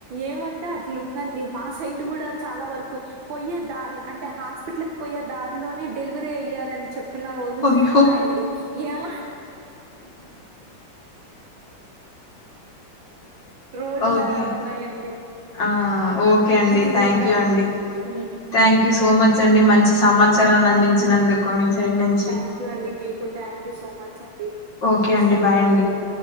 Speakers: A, on the right; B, on the left.
A: ఏమంటే అట్లుందండి మా సైడ్ కూడా చాలా వరకు పోయే ద అంటే హాస్పిటల్ పోయే దారిలోనే డెలివరీ అయ్యారని చెప్ప చెప్పిన రోజులు
B: అయ్యో
A: కూడా ఉన్నాయండి ఏమ రోడ్లు
B: ఓకే
A: అలా ఉన్నాయండి
B: ఆ ఓకే అండి
A: ఇది
B: థ్యాంక్
A: నవ్
B: యూ అండి
A: ఉమ్,
B: థ్యాంక్ యూ సో మచ్ అండి మంచి సమాచారాన్ని అందించినందుకు మీ సైడ్ నుంచి
A: థ్యాంక్ యూ అండి మీకు థ్యాంక్ యూ సో మచ్ అండి ఎన్నో
B: ఓకే
A: విషయాలు
B: అండి బాయ్
A: చెప్పారు